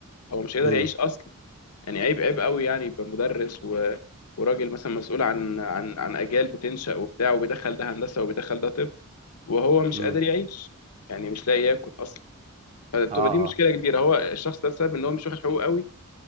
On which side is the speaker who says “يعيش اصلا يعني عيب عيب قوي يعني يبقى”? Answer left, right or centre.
Left